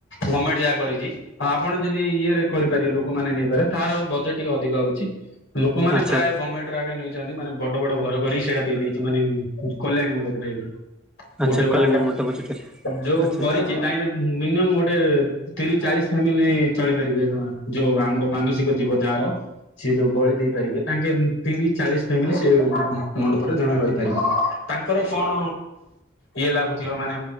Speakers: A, on the left; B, in the centre.
A: ଗମେଣ୍ଟ ଯାହା କରିଚି ଆପଣ ଯଦି ଇଏ କରିପାରିବେ ଲୋକମାନେ ନେଇପାରେ ତାର ବଜେଟ୍ ଟିକେ ଅଧିକ ଆଉଚୀ। ଲୋକମାନେ
B: ଆଚ୍ଛା
A: ପ୍ରାୟ ଗମେଣ୍ଟର ଆଗେ ନେଇ ଚନ୍ତି ମାନେ ବଡ ବଡ ଘର କରିକି ସେଇଟା ଦେଇ ଦେଇଚି ମାନେ କଲ୍ୟାଣୀ ମଣ୍ଡପ ଟାଇପର।
B: ଆଚ୍ଛା
A: ଗୋଟେ ଗୋଟେ
B: କଲ୍ୟାଣୀ ମଣ୍ଡପ ସେଠାରେ
A: ଯୋଉ
B: ଆଚ୍ଛା
A: କରିଚି। ତାହିଁରେ ମିନିମମ୍ ଗୋଟେ ତିରିଶ ଚାଳିଶ ଫ୍ୟାମିଲି ଚଳିବେ। <unintelligible> ଯୋଉ ଆମର ମାନସିକ ଥିବ ଯାହାର। ସିଏ ଯୋଉ ବଳି ଦେଇପାରିବେ ତାଙ୍କେ <unintelligible> ଚାଳିଶ ଫ୍ୟାମିଲି ସେ ମଣ୍ଡପରେ ଜଣେ ରହିପାରିବେ। ତାଙ୍କର କଣ ଇଏ ଲାଗୁଥିବ ମାନେ